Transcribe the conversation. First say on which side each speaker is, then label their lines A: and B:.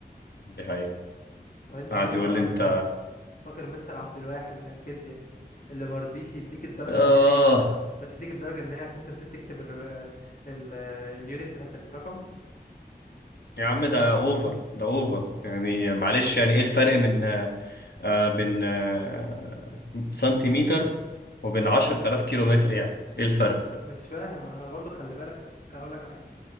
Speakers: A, on the left; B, on the left.
A: دي حقيقة
B: طب انت
A: قعد
B: فاكر
A: يقول
B: بقى
A: لي انت
B: مستر فاكر مستر عبد الواحد بتاع الفيزياء اللي ما رضيش يديك الدرجة
A: آه
B: النهائية ع- اه ما رضيش يديك الدرجة النهائية عشان انت نسيت تكتب ال ال اليونت بتاعت الرقم
A: يا عم ده اوفر ده اوفر يعني معلش يعني ايه الفرق من آه بين آه سنتيمتر وبين 10000 كيلومتر يعني ايه الفرق
B: مش فاهم انا برضو خلي بالك اقول لك على حاجة